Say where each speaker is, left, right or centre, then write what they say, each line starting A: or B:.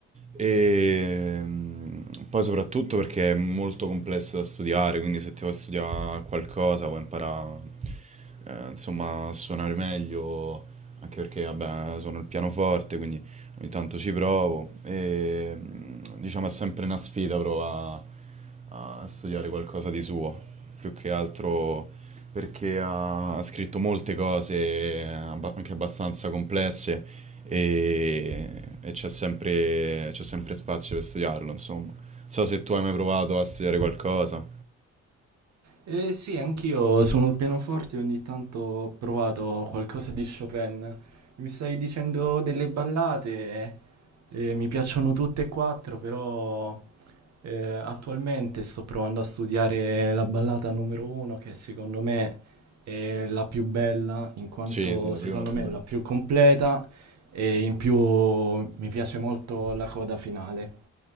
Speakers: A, on the right (about 25°); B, on the right (about 65°).
A: E mm, poi soprattutto perché è molto complesso da studiare, quindi se ti vuoi studiare qualcosa vuoi imparare, eh, insomma, a suonare meglio, anche perché, vabbè, suono il pianoforte, quindi... Ogni tanto ci provo e mh, diciamo è sempre una sfida provare a, a studiare qualcosa di suo, più che altro perché ha, ha scritto molte cose abba- anche abbastanza complesse e, e c'è sempre, c'è sempre spazio per studiarlo, insomma. Non So se tu hai mai provato a studiare qualcosa.
B: Eh, sì, anch'io sul pianoforte ogni tanto ho provato qualcosa di Chopin. Mi stai dicendo delle ballate, eh, mi piacciono tutte e quattro, però eh, attualmente sto provando a studiare la ballata numero uno, che secondo me è la più bella, in quanto
A: Sì, sì, la
B: secondo
A: prima è la più
B: me
A: bella.
B: è la più completa e in più mi piace molto la coda finale.